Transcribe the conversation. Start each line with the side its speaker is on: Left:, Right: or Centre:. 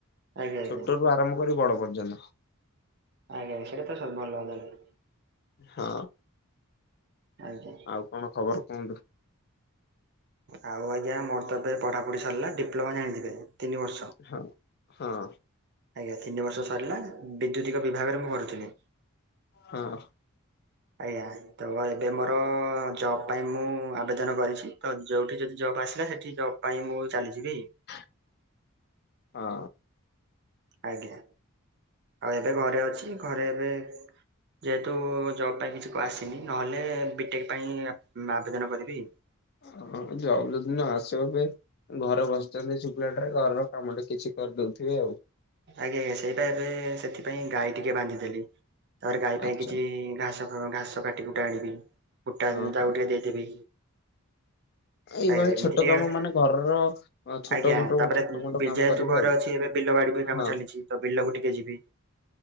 Right: ଆଜ୍ଞା
Left: ଛୋଟ
Right: ଆଜ୍ଞା
Left: ରୁ ଆରମ୍ଭ କରି ବଡ ପର୍ଯ୍ୟନ୍ତ।
Right: ଆଜ୍ଞା ସେଟାତ ସ ଭଲ ତାହେଲେ।
Left: ହଁ।
Right: ଆଜ୍ଞା।
Left: ଆଉ କଣ ଖବର କୁହନ୍ତୁ?
Right: ଆଉ ଆଜ୍ଞା ମୋର ତ ଏବେ ପଢାପୁଢ଼ି ସାରିଲା ଡିପ୍ଲୋମା ଜାଣିଥିବେ ତିନି ବର୍ଷ।
Left: ହଁ, ହଁ।
Right: ଆଜ୍ଞା ତିନି ବର୍ଷ ସରିଲା ବିଦ୍ୟୁତିକ ବିଭାଗରେ ମୁଁ କରୁଥିଲି।
Left: ହଁ।
Right: ଆଜ୍ଞା ତ ଏବେ ମୋର ଜବ ପାଇଁ ମୁଁ ଆବେଦନ କରିଛି ତ ଜବ୍ ଟି ଯଦି ଜବ୍ ଆସିଲା ସେଠି ଜବ୍ ପାଇଁ ମୁଁ ଚାଲିଯିବି।
Left: ହଁ।
Right: ଆଜ୍ଞା ଆଉ ଏବେ ଘରେ ଅଛି ଘରେ ଏବେ ଯେହେତୁ ଜବ ପାଇଁ କିଛି ଆସିନି ନହେଲେ ବିଟେକ୍ ପାଇଁ ଆବ ଆବେଦନ କରିବି।
Left: ହ ଜବ ଯଦି ନ ଆସିଵ ଫିର। ଘର ବସିଛନ୍ତି ଶୁଖିଲାଟାରେ ଘରର କାମ ଟେ କିଛି କରିଦଉଥିବେ ଆଉ।
Right: ଆଜ୍ଞା ଆଜ୍ଞା ସେଇଟା ଏବେ ସେଥିପାଇଁ ଗାଈ ଟିକେ ବାନ୍ଧି ଦେଲି ତାପରେ ଗାଈ ପାଇଁ
Left: ଆଚ୍ଛା
Right: କିଛି ଘାସ ହଁ ଘାସ କାଟି କୁଟା ଆଣିବି କୁଟା
Left: ହଁ
Right: ତାକୁ
Left: ହଁ
Right: ଟିକେ ଦେଇଦେବି।
Left: ଏଇଭଳି
Right: ଆଜ୍ଞା ଏମିତି
Left: ଛୋଟ
Right: ଟିକେ
Left: କାମ ମାନେ ଘରର ହଁ ଛୋଟ
Right: ଆଜ୍ଞା
Left: ମୋଟ
Right: ତାପରେ
Left: ଛୋଟ ମୋଟ
Right: ବି
Left: କାମ
Right: ଯେହେତୁ
Left: କରିବେ
Right: ଘରେ
Left: ଆଉ
Right: ଅଛି ଏବେ ବିଲ ବାଡିି ବି କାମ
Left: ହଁ
Right: ଚାଲିଛି ତ ବିଲକୁ ଟିକେ ଯିବି।